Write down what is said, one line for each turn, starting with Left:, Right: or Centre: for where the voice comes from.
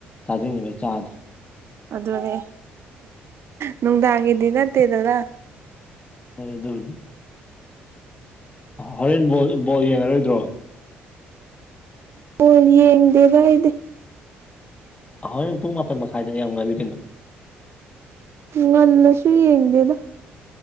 Left: ꯆꯥꯖꯅꯤꯡꯉꯤꯩ ꯆꯥꯗ꯭ꯔꯦ
Right: ꯑꯗꯨꯅꯦ ꯅꯨꯡꯗꯥꯡꯒꯤꯗꯤ ꯅꯠꯇꯦꯗꯅ
Left: ꯍꯣꯏ ꯑꯗꯨ ꯑꯗꯨ ꯍꯣꯔꯦꯟ ꯕꯣꯜ ꯕꯣꯜ ꯌꯦꯡꯉꯔꯣꯏꯗ꯭ꯔꯣ
Right: ꯍꯣꯜ ꯌꯦꯡ ꯗꯦꯕ ꯏꯗ
Left: ꯍꯍꯣꯏ ꯄꯨꯡ ꯃꯥꯄꯟ ꯃꯈꯥꯏꯗꯅ ꯌꯥꯝ ꯉꯜꯂꯤ ꯀꯩꯅꯣ
Right: ꯉꯜꯂꯁꯨ ꯌꯦꯡꯗꯦꯗ